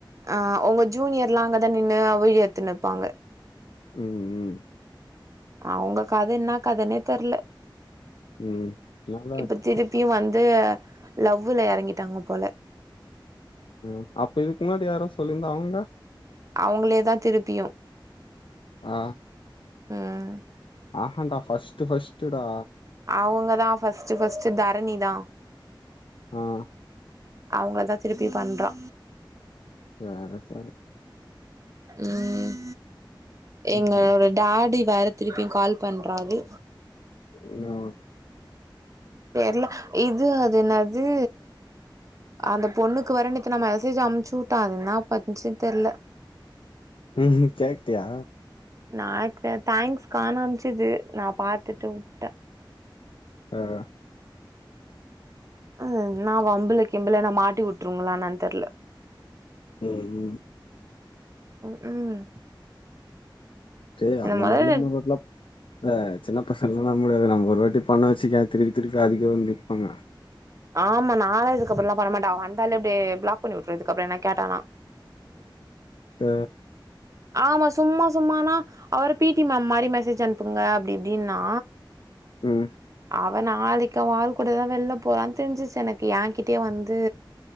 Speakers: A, on the right (about 40°); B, on the left (about 90°).
A: ஆ உங்க ஜூனியர்லா அங்கதா நின்னு வீடியோ எடுத்துனு இருப்பாங்க
B: ம் ம்
A: அவங்க கத என்னா கதனே தெர்ல
B: ம் என்னாதா
A: இப்ப
B: ஆச்சு
A: திருப்பியு வந்து லவ்வுல எறங்கிட்டாங்க போல
B: அ அப்போ இதுக்கு முன்னாடி யாரோ சொல்லி இருந்த அவுங்க
A: அவுங்களே தா திருப்பியு
B: ஆ
A: ம்
B: ஆ ஹான்டா ஃபர்ஸ்ட் ஃபஸ்ட்டு டா
A: அவுங்க தா ஃபஸ்ட்டு ஃபஸ்ட்டு தரணி தா
B: ஆ
A: அவுங்ள தா திருப்பி பண்றா
B: சேரி சேரி
A: ம் எங்களோட
B: ம்
A: டாடி வேற திருப்பியு கால் பண்றாரு
B: என்னவா
A: தெர்ல இது அது என்னாது அந்த பொண்ணுக்கு வேற நேத்து நா மெசேஜ் அம்ச்சு வுட்டா அது என்னா பண்ணுச்சு தெர்ல
B: ம்ஹும் கேட்டியா
A: நா எக் தே தேங்க்ஸ்க்கானு அம்ச்சது நா பாத்துட்டு வுட்டெ
B: ஆ ஆ
A: அ நா வம்புல கிம்புல என்ன மாட்டி விட்டுருங்களான்னு தெர்ல
B: ம் ம்
A: க் ம்
B: டே
A: என்ன
B: அந்த
A: மொதல்ல
B: மாரிலா இன்னு வர்ல இல்ல சின்ன பசங்கள்லா நம்மலே நம்ப நம்ம ஒரு வாட்டி பண்ண வெச்சிக்கியே திருப்பி திருப்பி அதுக்கே வந்து நிப்பாங்க
A: ஆமா நாலா இதுக்கப்றோலா பண்ண மாட்ட அவ வந்தாலே அப்டியே பிளாக் பண்ணி விட்ருவை என்ன கேட்டானா
B: அ
A: ஆமா சும்மா சும்மானா அவரு பீட்டி மேம் மாரி மேசேஜ் அனுப்புங்க அப்டி இப்டின்னா
B: ம்
A: அவ நாளைக்கி அவ ஆள் கூடதா வெள்ல போறான் தெரிஞ்சிச்சு எனக்கு ஏ கிட்டயே வந்து